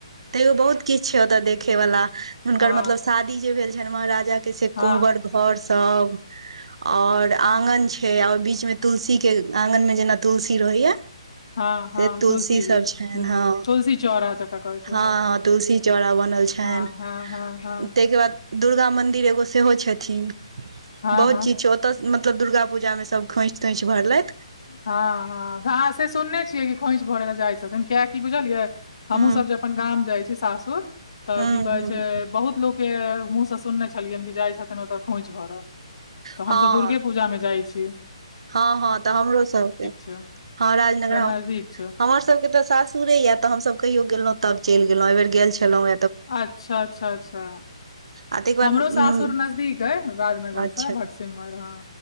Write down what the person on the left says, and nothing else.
हँ
हँ
हँ हँ
जी
ह
तुलसी चौरा जकरा कहै छै
हँ हँ हँ हँ
हँ
हँ
हँ हँ, ह से सुनने छियै कि खोइच भरे ल जाइ छथिन किया की बुझलियै हमहूँ
सब जे अपन गाम जाइ छी सासुर तऽ
की कहै छै
बहुत लोक के मुह से सुनने छलियनि कि जाइ छथिन ओतऽ खोंच भरलय तऽ
हमसभ दुर्गे पूजा मे जाइ छलये
छै
नजदीक छै
अच्छा अच्छा अच्छा
हमरो सासुर
नजदीक हय राजनगर
से सिमराहा